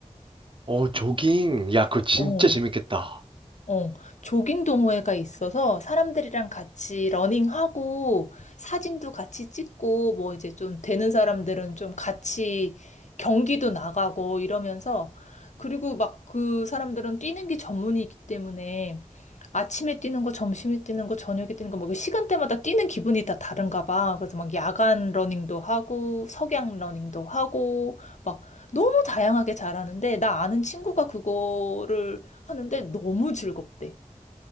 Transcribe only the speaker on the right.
어, 조깅. 야, 그거 진짜
재밌겠다.